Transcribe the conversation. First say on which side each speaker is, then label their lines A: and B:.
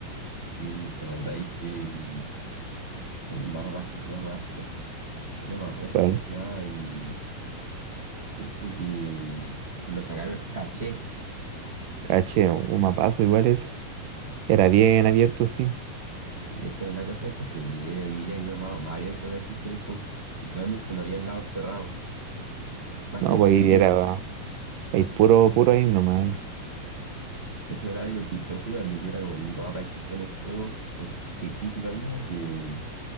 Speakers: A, on the right; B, on the right.
A: Y te acordáis que mm, hay un mapa más que jugamos harto. Pero no me acuerdo
B: Bueno,
A: cómo se llamaba el. Este que, que lo sacaron. Caché.
B: caché, un mapazo igual ese. Era bien abierto, sí.
A: Sí, esa era la cosa de caché. Que era, que era uno mapa más abierto que existía en el counter. Literalmente no había lados cerrados. Más
B: No,
A: que
B: pues
A: tuberías.
B: ahí era. Hay puro, puro ahí nomás. ahí.
A: Y eso era algo chistoso, igual de que era como el único mapa que existía en el juego, o que, sí que existe todavía, que,